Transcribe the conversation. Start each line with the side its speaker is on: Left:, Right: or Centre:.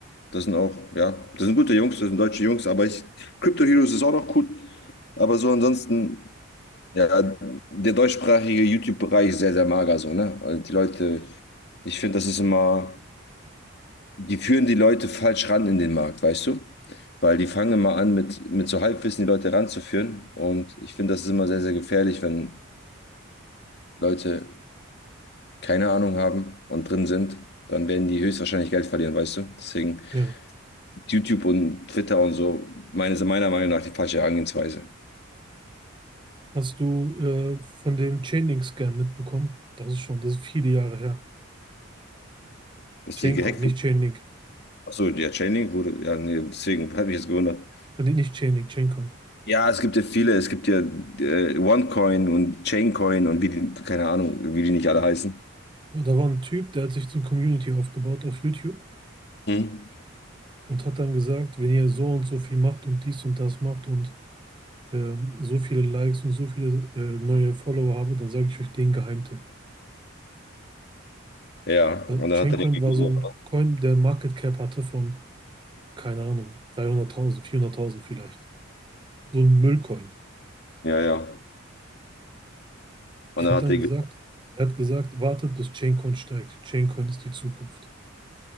Left: Das sind auch, ja, das sind gute Jungs, das sind deutsche Jungs, aber ich, Crypto Heroes ist auch noch gut. Aber so ansonsten, ja, der deutschsprachige YouTube-Bereich ist sehr, sehr mager so, ne? Also die Leute, ich finde, das ist immer. die führen die Leute falsch ran in den Markt, weißt du? Weil die fangen immer an, mit, mit so Halbwissen die Leute ranzuführen. Und ich finde, das ist immer sehr, sehr gefährlich, wenn Leute keine Ahnung haben und drin sind, dann werden die höchstwahrscheinlich Geld verlieren, weißt du? Deswegen
Right: Ja.
Left: YouTube und Twitter und so, meines, meiner Meinung nach die falsche Herangehensweise.
Right: Hast du äh, von dem Chainlink-Scam mitbekommen? Das ist schon, das ist viele Jahre her.
Left: Dass
Right: Chaincoin,
Left: die gehackt
Right: nicht
Left: wurden.
Right: Chainlink.
Left: Achso, ja, Chainlink wurde, ja, nee, deswegen hat mich jetzt gewundert.
Right: Äh, nee, nicht Chainlink, Chaincoin.
Left: Ja, es gibt ja viele, es gibt ja äh, OneCoin und Chaincoin und wie die, keine Ahnung, wie die nicht alle heißen.
Right: Und da war ein Typ, der hat sich eine Community aufgebaut auf YouTube
Left: Hm.
Right: und hat dann gesagt, wenn ihr so und so viel macht und dies und das macht und äh, so viele Likes und so viele äh, neue Follower habe, dann sage ich euch den Geheimtipp.
Left: Ja,
Right: Äh,
Left: und dann
Right: Chaincoin
Left: hat er den gegeben.
Right: war so ein Coin, der Market Cap hatte von, keine Ahnung, 300.000, 400.000 vielleicht. So ein Müllcoin.
Left: Ja, ja. Und
Right: Er
Left: dann
Right: hat
Left: hat
Right: dann
Left: er
Right: gesagt,
Left: den gegeben.
Right: er hat gesagt, wartet, bis Chaincoin steigt. Chaincoin ist die Zukunft.